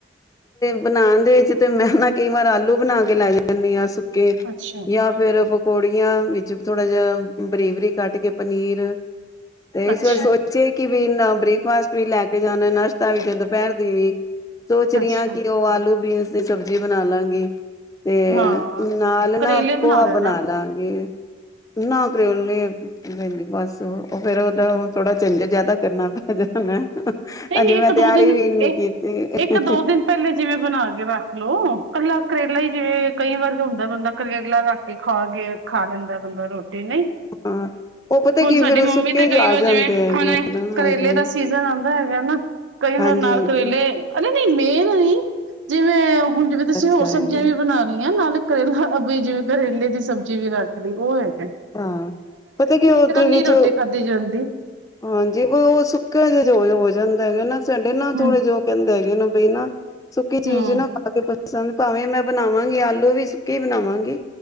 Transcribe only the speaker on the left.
ਬਣਾਉਣ ਤੇ ਮੈਂ ਨਾ ਕਈ ਵਾਰ ਆਲੂ ਬਣਾ ਕੇ ਲੈ ਜਾਣੀ ਆ ਸੁੱਕੇ
ਜਾਂ ਫੇਰ ਕੌਲੀਆਂ ਵਿੱਚ ਥੋੜ੍ਹਾ ਜਿਹਾ ਬਰੀਕ ਬਰੀਕ ਕੱਟ ਕੇ ਪਨੀਰ ਤੇ ਇਸ
ਵਾਰ ਸੋਚਏ ਕਿ ਵੀ ਨਾ ਬ੍ਰੇਕਫਾਸਟ ਵੀ ਲੈ ਕੇ ਜਾਣਾ, ਨਾਸ਼ਤਾ ਵੀ ਤੇ ਦੁਪਹਿਰ ਦੀ ਵੀ ਸੋਚ ਰਹੀ
ਹਾਂ, ਕਿ ਉਹ ਆਲੂ ਬੀਨਸ ਫਿਰ ਸਬਜ਼ੀ ਬਣਾ ਲਾਂਗੀ। ਤੇ
ਨਾਲ
ਨਾ ਪੋਹਾ
ਬਣਾ ਲਾਂਗੀ। ਨਾ ਕਰੇਲੇ ਭੈਣ ਜੀ ਬਸ, ਉਹ ਫੇਰ ਉਹਦਾ ਥੋੜਾ ਝੰਜਟ ਜਿਆਦਾ ਕਰਨਾ ਪੈ ਜਾਣਾ ।
ਅੱਜ
ਮੈਂ
ਤਿਆਰੀ
ਵੀ ਨੀ ਕੀਤੀ
ਹਾਂ ਉਹ ਪਤਾ
ਕੀ
ਫੇਰ
ਸੁੱਕੇ
ਜੇ ਆ
ਜਾਂਦੇ
ਹੈਗੇ
ਨਾ
ਹਾਂਜੀ
ਹਾਂਜੀ
ਹਾਂਜੀ
ਅੱਛਾ
ਜੀ।
ਹਾਂ, ਪਤਾ ਕੀ ਉਹਦੇ ਵਿੱਚ
ਹਾਂਜੀ, ਉਹ ਸੁੱਕਿਆ ਜਿਹਾ ਜੋ ਹੋ ਜਾਂਦਾ। ਹੈਗਾ ਨਾ। ਸਾਡੇ ਨਾ
ਥੋੜੇ ਜੇਹੇ ਉਹ ਕਹਿੰਦੇ ਹੈਗੇ ਤੇ ਨਾ ਸੁੱਕੀ ਚੀਜ਼
ਨਾ ਖਾ ਕੇ ਪਸੰਦ ਭਾਵੇਂ ਮੈਂ ਬਣਾਵਾਂਗੀ, ਆਲੂ ਵੀ ਸੁੱਕੀ ਬਣਾਵਾਂਗੀ।